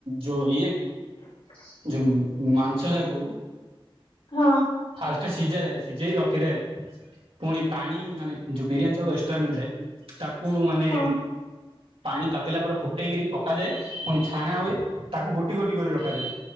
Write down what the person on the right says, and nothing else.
ଯ ଇଏ
ଜଉ ମାଂସ ଯାକୁ
ଫାଷ୍ଟ ସିଝାଯାଏ ସିଝେଇ ରଖିଥାଏ। ପୁଣି ପାଣି ମାନେ ଯୋଉ ବିରିୟାନୀ ଚାଉଳ ଏକ୍ସଟ୍ରା ମିଳିଥାଏ ତାକୁ ମାନେ
ପାଣି ତାତିଲା ପରେ ଫୁଟେଇକିରି ପକାଯାଏ ପୁଣି ଛାଣା ହୁଏ ତାକୁ ଗୋଟି ଗୋଟି କରି ରଖାଯାଏ।